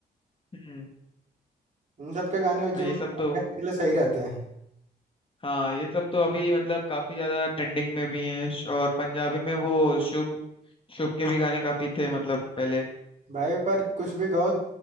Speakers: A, on the left (about 30°); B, on the right (about 40°).
A: हम्म
B: इन सब के गाने जिम
A: ये
B: करने
A: सब तो
B: के लिए सही रहते हैं
A: हाँ ये सब तो अभी मतलब काफी ज्यादा ट्रेंडिंग में भी हैं और पंजाबी में वो शुभ शुभ के भी गाने काफी थे मतलब पहले
B: भाई पर कुछ भी कहो